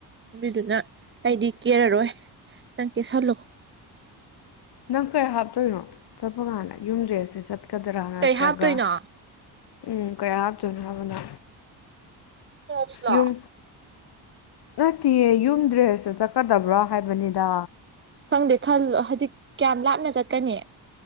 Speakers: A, on the right (about 30°); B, on the left (about 70°).
A: ꯑꯗꯨꯗꯨꯅ ꯑꯩꯗꯤ ꯀꯦꯔꯔꯣꯏ ꯅꯪ ꯀꯦꯁꯜꯂꯣ
B: ꯅꯪ ꯀꯩ ꯍꯥꯞꯇꯣꯏꯅꯣ ꯆꯠꯄ ꯀꯥꯟꯗ ꯌꯨꯝ ꯗ꯭ꯔꯦꯁꯦ ꯆꯠꯀꯗ꯭ꯔꯥ ꯅꯠꯇ꯭ꯔꯒ
A: ꯀꯩ ꯍꯥꯞꯇꯣꯏꯅꯣ
B: ꯎꯝ ꯀꯌꯥ ꯍꯥꯞꯇꯣꯏꯅꯣ ꯍꯥꯏꯕꯅꯣ
A: ꯇꯣꯞꯁꯂꯣ
B: ꯌꯨꯝ ꯅꯠꯇꯤꯌꯦ ꯌꯨꯝ ꯗ꯭ꯔꯦꯁꯇ ꯆꯠꯀꯗꯕ꯭ꯔꯥ ꯍꯥꯏꯕꯅꯤꯗ
A: ꯈꯪꯗꯦ ꯈꯜꯂꯣ ꯍꯥꯏꯗꯤ ꯀꯌꯥꯝ ꯂꯥꯞꯅ ꯆꯠꯀꯅꯤ